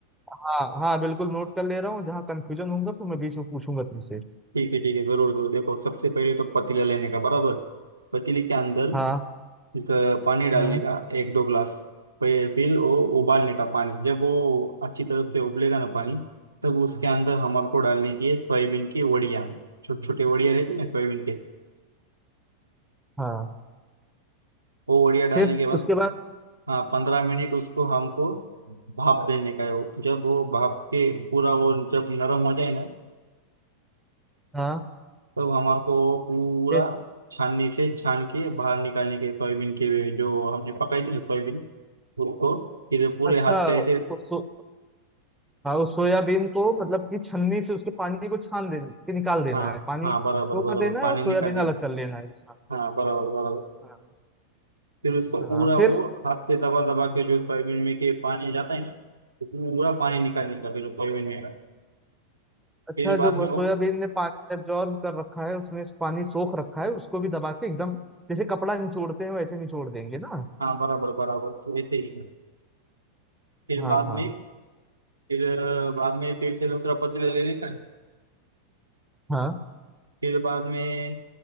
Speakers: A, in the centre; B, on the right.
A: हाँ हाँ बिल्कुल नोट कर ले रहा हूँ जहाँ कंफ्यूजन होगा तो मैं बीच में पूछूंगा तुमसे
B: ठीक है ठीक है जरूर जरूर देखो सबसे पहले तो पतीला लेने का बराबर पतीले के अंदर
A: हाँ
B: एक पानी डालने
A: हम्म
B: का एक दो गिलास फिर फिर वो उबालने का पानी जब वो अच्छी तरह से उबलेगा ना पानी तब उसके अंदर हमारे को डालने की है सोयाबीन की वड़िया छोटे छोटे वड़िया रहते ना सोयाबीन के
A: हाँ
B: वो वड़िया डालने
A: फिर
B: के बाद
A: उसके बाद
B: हाँ पंद्रह मिनट उसको हमको भाप देने का है वो। जब वो भाप के पूरा वो जब नरम हो जाए ना
A: हाँ
B: तब हमारे को वो पूरा
A: फिर
B: छाननी से छान के बाहर निकालने के सोयाबीन के वे जो हमने पकाई थी ना सोयाबीन उसको फिर पूरे
A: अच्छा
B: हाथ से ऐसे
A: उस सो, हाँ उस सोयाबीन को मतलब कि छन्नी से उसके पानी को छान दे के निकाल देना
B: हाँ
A: है पानी
B: हाँ बराबर
A: को
B: बराबर
A: कर देना
B: पानी
A: है और सोयाबीन
B: निकाल देने
A: अलग
B: को
A: कर लेना है छान
B: हाँ
A: के
B: बराबर बराबर
A: हाँ
B: फिर उसको
A: हाँ
B: पूरा
A: फिर
B: वो हाथ से दबा दबा के जो सोयाबीन में के पानी जाता है ना तो पूरा पानी निकालने का फिर सोयाबीन में का
A: अच्छा
B: फिर बाद
A: जो
B: में
A: सोयाबीन
B: वो
A: ने पानी एब्जॉर्ब कर रखा है उसमें पानी सोख रखा है उसको भी दबा के एकदम जैसे कपड़ा निचोड़ते हैं वैसे निचोड़ देंगे ना
B: हाँ बराबर बराबर ऐसे ही फिर
A: हाँ
B: बाद
A: हाँ
B: में फिर अ, बाद में फिर से दूसरा पतीला ले लेने का
A: हाँ
B: फिर बाद में